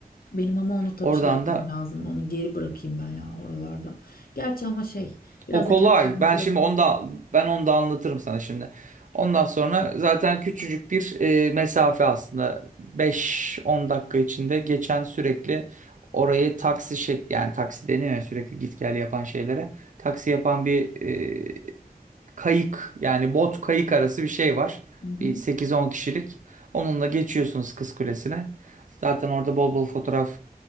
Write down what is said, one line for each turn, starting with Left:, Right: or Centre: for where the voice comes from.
Left: Benim ama onu tabii
Right: Oradan
Left: şey yapmam
Right: da
Left: lazım. Onu geri bırakayım ben ya oralarda. Gerçi ama şey biraz
Right: O kolay.
Left: da kendi haline
Right: Ben
Left: bırakayım.
Right: şimdi onu da ben onu da anlatırım sana şimdi. Ondan sonra zaten küçücük bir e, mesafe aslında Beş on dakika içinde geçen sürekli orayı taksi şekli yani taksi deniyor ya sürekli git gel yapan şeylere. Taksi yapan bir e, kayık yani bot kayık arası bir şey var.
Left: Hı hı.
Right: Bir sekiz on kişilik. Onunla geçiyorsunuz Kız Kulesi'ne. Zaten orada bol bol fotoğraf